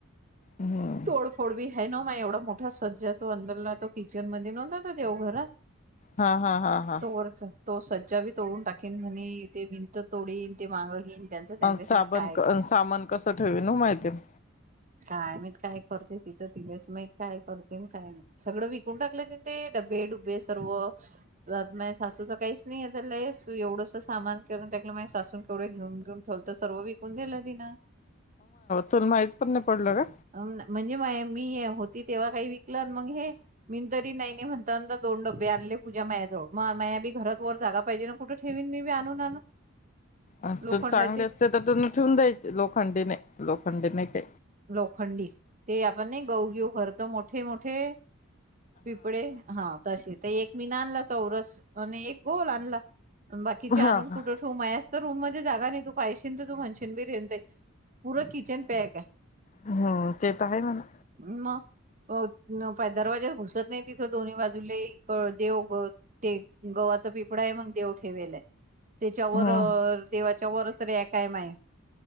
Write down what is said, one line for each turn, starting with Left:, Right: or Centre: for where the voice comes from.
Left: हम्म
Right: तोड फोड बी.. आहे ना म एवढा मोठा सज्जा तो अंदोलला तो किचन मध्ये नव्हता ना देवघरात.
Left: हा हा हा हा.
Right: तो वरचा तो सज्जा विथ. तोडून टाकेन म्हणे, ते भिंत तोडीन. ते मागं घेईन त्यांचं त्यांनाच
Left: अ साबण
Right: माहित काय
Left: सामान कसं ठेवल ओ माहिती.
Right: काय मात काय करते तिचं तिनेच माह काय करते काय नाही सगळं विकून टाकलं ति ते डबे डुबे सर्व मा सासूच काहीच नाही लस एवढंस सामान करून टाकलं मा सासून केवढे घेऊन घेऊन ठेवल तर सर्व विकून दिलं तिन
Left: तुला माहित पण नाही पडलं
Right: म्हणजे मा मी होती तेव्हा काही विकलं मग हे मी तरी नाही नाही म्हणता अ दोन डबे आणले पूजा माया्याजवळ मग माया बी घरात वर जागा पाहिजे ना कुठे ठेवीन मी बी आणून आण
Left: अ
Right: लोखंडाचे
Left: तू चांगले असते तर तु ठेवून द्यायचे लोखंडीने लोक पड नाही का
Right: लोखंडी ते आपण नाही गहगीऊ खर तर मोठ मोठे मोठे पिपळे हा तशीच ते एक मीन आणला चौरस आणि एक गोल आणला बाकीचे
Left: हा
Right: आणून कुठं ठेू म आहेस तर रूम मध्ये जागा नाही त पाहिशन तर तू म्हणशन बीरेन पूरा किचन पॅक आहे
Left: हम् तेता आहे म ना
Right: मग दरवाज्या घुसत नाही तिथं दोन्ही बाजूले देव ते गवा्हाचा पिपळाा आहे मग देव ठेवेल आहे त्याच्यावर
Left: हम्म
Right: तेव च वर्सरी एका एमय